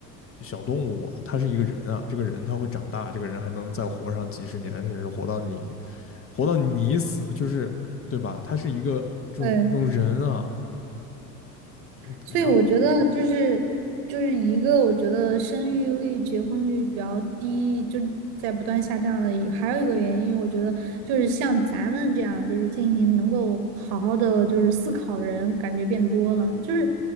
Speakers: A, on the left; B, on the right.
A: 小动物，它是一个人啊，这个人他会长大，这个人还能再活上几十年，甚至活到你活到你死，就是对吧？他是一个这种这种人啊，
B: 对。
A: 嗯然后
B: 所以我觉得就是就是一个我觉得生育率、结婚率比较低，就在不断下降的一，还有一个原因，我觉得就是像咱们这样就是进行能够好好的就是思考的人，感觉变多了，就是